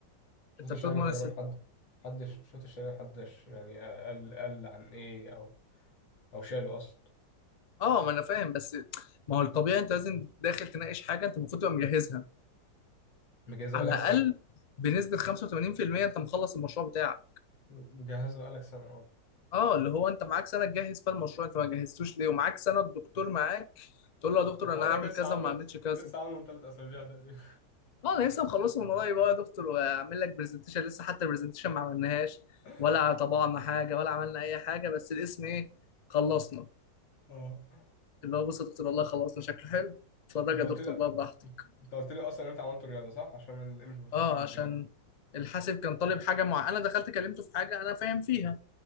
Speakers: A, on the left; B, on the left.
A: شفت
B: انت
A: الشعر
B: بتضمن
A: تقريبا
B: الست
A: حد حدش شفت الشعر حدش يعني قال قال عن ايه او او شاله اصلا
B: اه ما انا فاهم بس ما هو الطبيعي انت لازم داخل تناقش حاجه انت المفروض تبقى مجهزها
A: مجهزه
B: على
A: بقالك سنه
B: الاقل بنسبه 85% انت مخلص المشروع بتاعك
A: مجهزه بقالك سنه اه
B: اه اللي هو انت معاك سنه تجهز فيها المشروع انت ما جهزتوش ليه ومعاك سنه الدكتور معاك تقول له يا دكتور
A: اقول
B: انا هعمل
A: لك لسه
B: كذا
A: عامله
B: وما عملتش كذا
A: لسه عامله من ثلاث اسابيع تقريبا
B: اه انا لسه مخلصه من قريب اه يا دكتور واعمل لك برزنتيشن لسه حتى البرزنتيشن ما عملناهاش
A: <laughs>
B: ولا طبعنا حاجه ولا عملنا اي حاجه بس الاسم ايه خلصنا
A: اه
B: اللي هو بص يا دكتور والله خلصنا شكله حلو اتفرج
A: انت
B: يا
A: قلت
B: دكتور
A: لي
B: بقى براحتك
A: انت قلت لي اصلا انت عملت رياضه صح عشان الايمج بروسيسنج
B: اه عشان الحاسب كان طالب حاجه معينه انا دخلت كلمته في حاجه انا فاهم فيها